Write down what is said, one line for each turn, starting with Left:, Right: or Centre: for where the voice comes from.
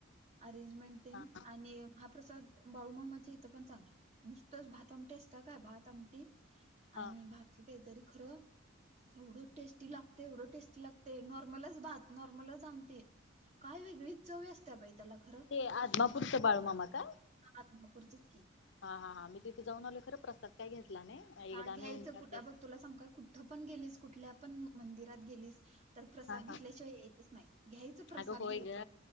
Right: अरेंजमेंट
Left: हा
Right: आणि महाप्रसाद बाळू मामा इथं पण चांगल नुसतंच भात आमटी असत काय भात आमटी
Left: हा
Right: आणि भाजी काहीतरी खरं एवढं टेस्टी लागते एवढं टेस्टी लागतय नॉर्मलच भात नॉर्मलच आमटी काय वेगळीच चवी असते बाई त्याला खरं
Left: ते आदमापुरचे नपुुरष बाळूमामा का?
Right: आदमापुरचे की
Left: हा हा हां मी तिथे जाऊन आलो खरं प्रस्ताद काय घेतला नाही.
Right: ह
Left: एकदा आम्ही
Right: घ्यायचं
Left: उन्हाळ्यात
Right: कुठ बघ तुला सांग का कुठं पण गेलीस कुठल्या पण मंदिरात गेलीस. तर प्रसाद
Left: हा
Right: घेतल्याशिवाय
Left: हा
Right: यायचच नाही. घ्यायचं प्रसाद
Left: अगं होय
Right: घ्यायच.
Left: ग